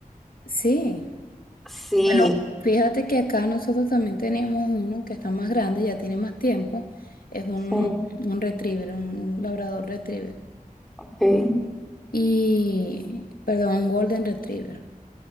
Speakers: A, on the left; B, in the centre.
A: Sí.
B: Sí,
A: Bueno, fíjate que acá nosotros también tenemos uno que está más grande, ya tiene más tiempo. Es un,
B: sí,
A: un retriever, un labrador retriever.
B: ok,
A: Y, perdón, un golden retriever.